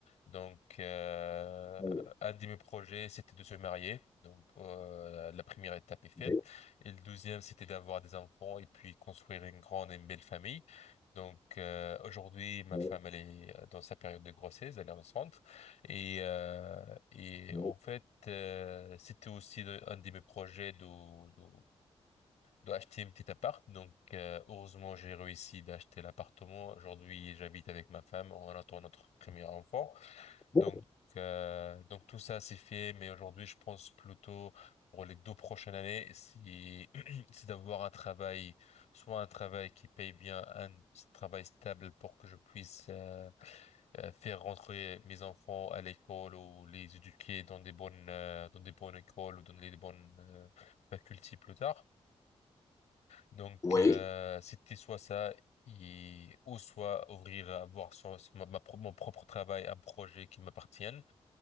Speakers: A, on the left (about 85°); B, on the left (about 30°).
A: Donc, euh,
B: Oui,
A: un de mes projets, c'était de se marier. Donc, euh, la première étape est faite.
B: oui,
A: Et le douzième, c'était d'avoir des enfants et puis construire une grande et une belle famille. Donc euh, aujourd'hui, ma
B: oui,
A: femme, elle est euh, dans sa période de grossesse, elle est enceinte. Et, euh, et
B: oui.
A: en fait, euh, c'était aussi de- un de mes projets de, de, d'acheter un petit appart. Donc euh, heureusement, j'ai réussi d'acheter l'appartement. Aujourd'hui, j'habite avec ma femme, on attend notre premier enfant.
B: Bon,
A: Donc, euh, donc tout ça c'est fait, mais aujourd'hui je pense plutôt pour les deux prochaines années, c'est <clears throat> c'est d'avoir un travail, soit un travail qui paye bien, un travail stable pour que je puisse euh, euh, faire rentrer mes enfants à l'école ou les éduquer dans des bonnes euh, dans des bonnes écoles ou dans les bonnes euh, facultés plus tard. Donc
B: Oui.
A: euh, c'était soit ça. Et, ou soit ouvrir, avoir son- ma, ma pro- mon propre travail, un projet qui m'appartienne